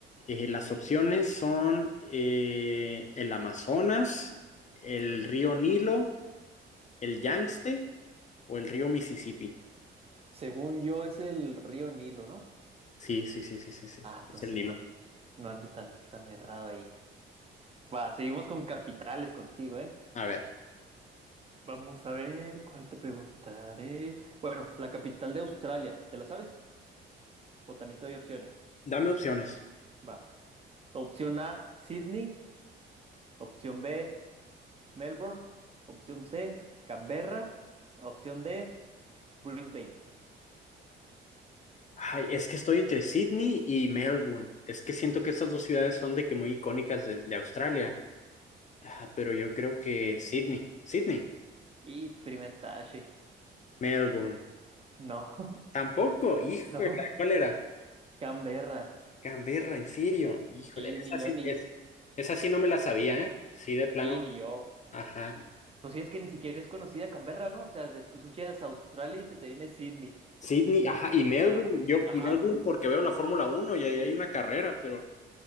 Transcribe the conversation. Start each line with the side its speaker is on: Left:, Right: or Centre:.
Left: Eh, las opciones son eh, el Amazonas, el río Nilo, el Yangtze o el río Mississippi.
Right: Según yo, es el río Nilo, ¿no?
Left: Sí, sí, sí, sí, sí, sí,
Right: Ah, entonces
Left: es el Nilo.
Right: no, no ando tan, tan errado ahí. Va, seguimos con capitales contigo, ¿eh?
Left: A ver,
Right: Vamos a ver, ¿cuál te preguntaré? Bueno, la capital de Australia, ¿te la sabes? O también te doy opciones.
Left: dame opciones.
Right: Va. Opción A, Sydney. Opción B, Melbourne. Opción C, Canberra. Opción D, Brisbane.
Left: Ay, es que estoy entre Sydney y Melbourne. Es que siento que estas dos ciudades son de que muy icónicas de, de Australia. Ah, pero yo creo que Sydney, Sydney,
Right: Y primer tache.
Left: Melbourne.
Right: No, <laughs>
Left: Tampoco, híjole,
Right: no,
Left: ¿cuál era?
Right: Canberra.
Left: Canberra, en serio, híjole,
Right: Y
Left: esa
Right: ni
Left: sí,
Right: yo, ni,
Left: es, esa sí no me la sabía, ¿eh? Sí, de plano,
Right: sí, ni yo.
Left: ajá.
Right: Pues sí, es que ni siquiera es conocida Canberra, ¿no? O sea, desde que escuchas Australia y se te viene Sydney.
Left: Sydney, ajá, y Melbourne,
Right: Ajá,
Left: yo
Right: ajá.
Left: Melbourne porque veo la Fórmula Uno y ahí hay una carrera, pero,